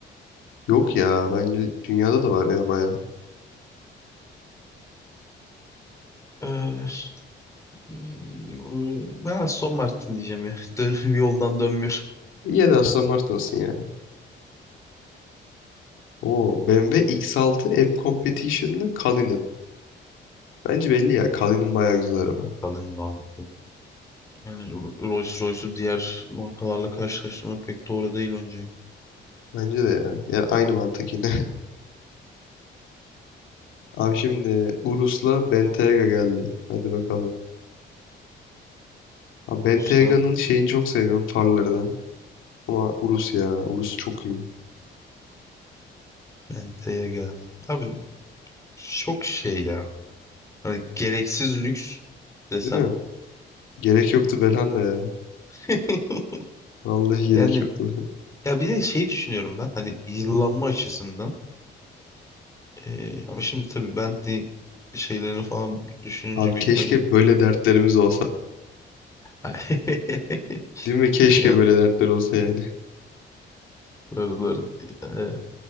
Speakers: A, on the left (about 85°); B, on the left (about 15°).
A: Yok ya bence dünyada da var ya bayağı.
B: Ee, e, ben Aston Martin diyeceğim ya. <laughs> Dön, yoldan dönmüyor.
A: İyi ya da Aston Martin olsun ya. Oo BMW X6 M Competition'la Cullinan. Bence belli ya Cullinan bayağı güzel araba.
B: Kalın abi. Yani Rolls Royce'u diğer markalarla karşılaştırmak pek doğru değil bence.
A: Bence de ya. Yani aynı mantık yine. <laughs> Abi şimdi Urus'la Bentayga geldi. Hadi bakalım. Abi Benteyga'nın
B: Ruslav
A: şeyini çok seviyorum farlarını. Ama Urus ya. Urus çok iyi.
B: Bentayga. Abi çok şey ya. Hani gereksiz lüks desem.
A: Değil mi? Gerek yoktu Belhanda ya.
B: <laughs>
A: Vallahi gerek
B: Yani
A: yoktu. <laughs>
B: ya bir de şey düşünüyorum ben. Hani yıllanma açısından. Ee, ama şimdi tabii Bentley şeylerini falan düşününce
A: Abi
B: bitmedi.
A: keşke böyle dertlerimiz olsa.
B: <laughs>
A: Değil mi? Keşke
B: Ya
A: böyle dertler olsa yani.
B: doğru doğru. Ee,